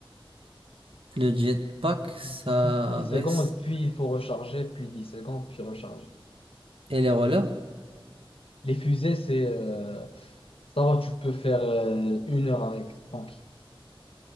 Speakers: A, on the right (about 70°); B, on the left (about 75°).
A: Le jetpack,
B: dix
A: ça
B: 10 10
A: reste...
B: secondes, puis il faut recharger, puis dix secondes, puis recharger.
A: Et les rollers?
B: Les fusées, c'est... euh, ça va, tu peux faire euh, une heure avec, tranquille.